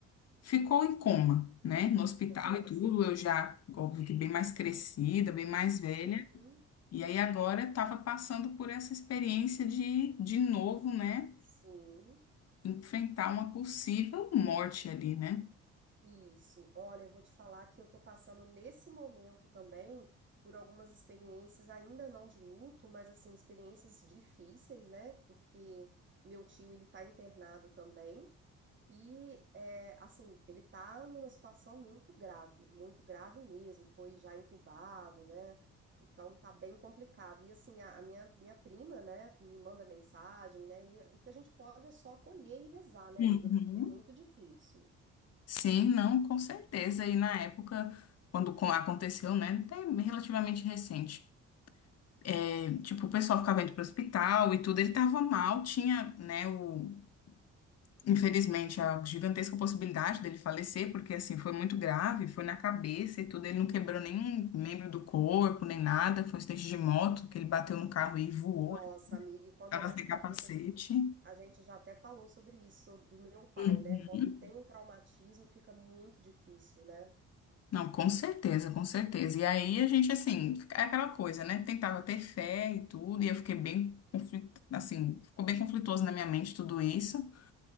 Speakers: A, on the left; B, on the right.
A: Ficou em coma, né? No hospital
B: Nossa,
A: e Uhum. tudo.
B: amiga.
A: Eu já, óbvio que bem mais crescida, bem mais velha.
B: Sim,
A: E aí agora estava passando por essa experiência de, de novo, né?
B: sim.
A: Enfrentar uma possível morte ali, né?
B: Isso. Olha, eu vou te falar que eu tô passando nesse momento também por algumas experiências, ainda não de luto, mas assim, experiências difíceis, né? Porque o meu tio, ele tá internado também. E, é, assim, ele tá numa situação muito grave, muito grave mesmo. Foi já entubado, né? Então tá bem complicado. E assim, a, a minha, minha prima, né, me manda mensagem, né? E o que a gente pode é só acolher e rezar, né,
A: Uhum.
B: amiga? Porque é muito difícil.
A: Sim, não, com certeza. E na época, quando co- aconteceu, né? Até relativamente recente. é, tipo, o pessoal ficava indo para o hospital e tudo. Ele estava mal, tinha, né? o Infelizmente, a gigantesca possibilidade dele falecer, porque assim, foi muito grave, foi na cabeça e tudo, ele não quebrou nenhum membro do corpo, nem nada, foi um acidente de moto, que ele bateu no carro e voou,
B: Nossa, amiga, e quando
A: estava
B: é na
A: sem
B: cabeça,
A: capacete.
B: a gente já até falou sobre isso do meu pai,
A: Uhum.
B: né? Quando tem o traumatismo, fica muito difícil, né?
A: Não, com certeza, com certeza. E aí a gente, assim, é aquela coisa, né? Tentava ter fé e tudo, e eu fiquei bem, conflit- assim, ficou bem conflituoso na minha mente tudo isso.